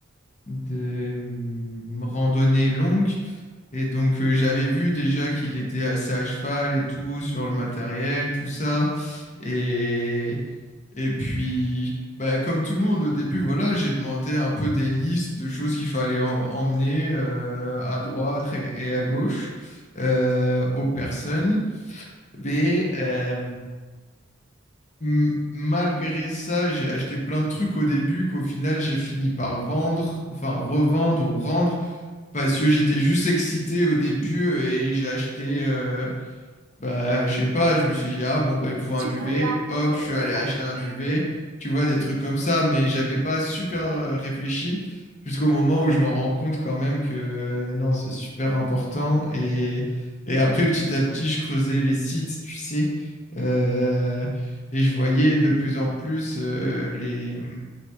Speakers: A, on the left (about 35°); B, on the right (about 90°).
A: de hum, randonnée longue. Et donc, euh, j'avais vu déjà qu'il était assez à cheval et tout, sur le matériel, tout ça. Et, et puis, bah, comme tout le monde au début, voilà, j'ai demandé un peu des listes de choses qu'il fallait en- emmener euh, à droite et, et à gauche euh, aux personnes. Mais euh, m- malgré ça, j'ai acheté plein de trucs au début qu'au final j'ai fini par vendre, enfin revendre ou rendre, parce que j'étais juste excité au début et j'ai acheté euh, bah, je sais pas, je me suis dit, ah bon, bah, il me faut un
B: tu
A: duvet.
B: voulais un peu
A: Hop, je suis
B: euh, tout
A: allé acheter
B: acheter
A: un duvet.
B: et-
A: Tu vois, des trucs comme ça, mais j'avais pas super euh, réfléchi jusqu'au moment où je me rends compte quand même que euh, non, c'est super important. Et, et après, petit à petit, je creusais les sites, tu sais, euh, et je voyais de plus en plus euh, les,